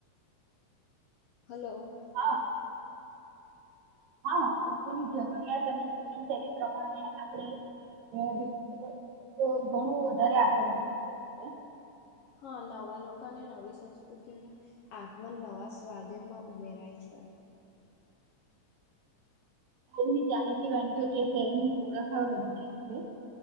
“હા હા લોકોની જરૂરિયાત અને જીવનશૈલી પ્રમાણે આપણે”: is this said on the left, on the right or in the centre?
Right